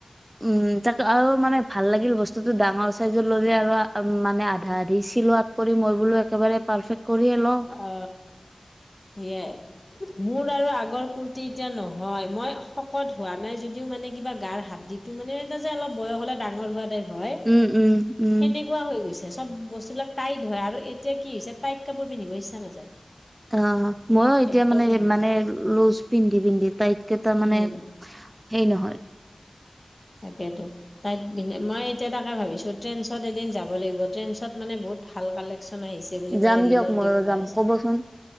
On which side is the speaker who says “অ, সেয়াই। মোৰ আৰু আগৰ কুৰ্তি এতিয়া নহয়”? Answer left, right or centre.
Left